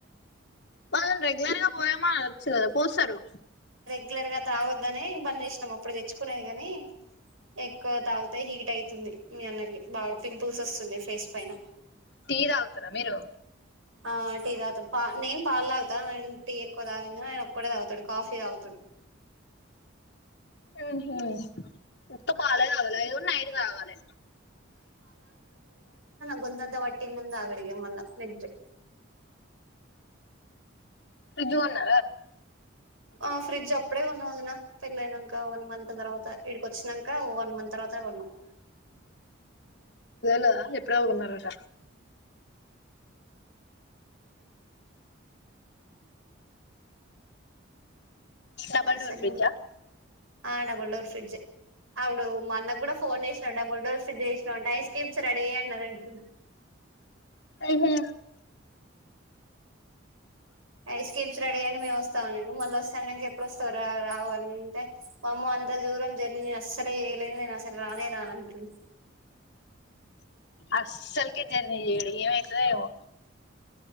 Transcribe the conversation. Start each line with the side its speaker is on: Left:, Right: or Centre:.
Left: వాళ్ళను రెగ్యులర్ గా పోయామానొచ్చు కదా పోస్తరు
Right: రెగ్యులర్ గా తాగొద్దని బంద్ చెసినాం అప్పుడు తెచ్చుకునేది కాని ఎక్కువ తాగుతే హీట్ అయితుంది మీ అన్నకి బాగా పింపుల్స్ వస్తున్నాయి ఫేస్ పైన
Left: టీ తాగుతరా మీరు
Right: ఆ టీ తాగుతాము పా నేను పాల్ తాగుతా టీ ఎక్కువ తాగిన ఆయన ఒక్కడే తాగుతాడు కాఫీ తాగుతాడు
Left: మ్ హు ఉత్త పాలే తాగాలా అది కూడ నైట్ తాగాలి
Right: గోంతత వట్టింది అని తగాడు ఇగ మల్ల నెగే
Left: ఫ్రిడ్జ్ కొన్నారారా
Right: ఆ ఫ్రిడ్జ్ అప్పుడే కొన్నా వదిన పెళ్ళైనక వన్ మంత్ తర్వాత ఇడికి వచ్చానాక వన్ మంత్ తర్వాత కొన్నాం
Left: దా ఎప్పుడో కొన్నారట డబుల్
Right: అసలు
Left: డోర్ ఫ్రిడ్జ్ అ
Right: ఆ డబుల్ డోర్ ఫ్రిడ్జ్ అప్పుడు మ అన్న కీ కూడా ఫోన్ చేసినా డబుల్డోర్ ఫ్రిడ్జ్ చేసినావు అంటే ఐస్ క్యూబ్ రెడీ అయినదంటూ
Left: ఉహు
Right: ఐస్ క్యూబ్స్ రెడీ అని మేము వస్తా అని అన్నాడు మళ్ళ వస్త అన్నాక ఎప్పుడోస్తావ్ రావు అంటే వామ్మో అంత దూరం జర్నీ నేను అస్సలే వేయలేను నేను అసలు రానే రాను అంటుండు
Left: అస్సల కీ జర్నీ చేయడు ఏమి త ఏమో